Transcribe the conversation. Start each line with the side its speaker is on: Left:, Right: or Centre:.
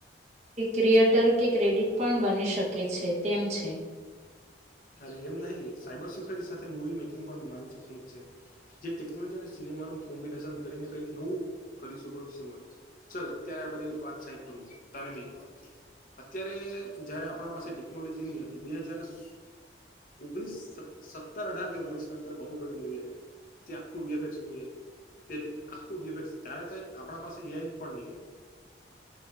Right: ક્રિએટર કે ક્રેડિટ પણ બની શકે છે તેમ છે
Left: અરે એમ નહીિ સાયબર સિક્યુરિટી સાથે મુવી મેકિંગ પણ મારું સપનું જ છે જે ટેકનોલોજી અનેિ કોમ્બિનેશન કરીને કઈક નવું કરીશું ભવિષ્યમાં ચાલ અત્યારે આ બધી વાત સાઈટ પરક તને મેં એક વાત ક અત્યારે જયારે આપણા પાસે ટેકનોલોજીની હતી બે હજાર <inaudible> ઓગણીસ સત્તર અઢાર કે ઓગણીસ અંદર બહુ બધી મુવી હતી તે આખું વએફસ મુવી હતી તે આખું વ્યુપે ત્યારે આપણા પાસે અ પણ નનીક